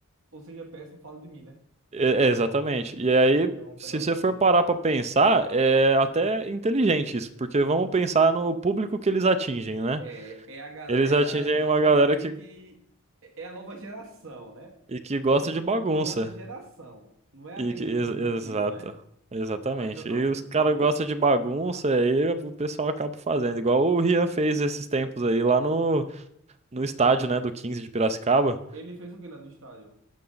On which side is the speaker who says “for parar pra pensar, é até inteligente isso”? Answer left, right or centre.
Right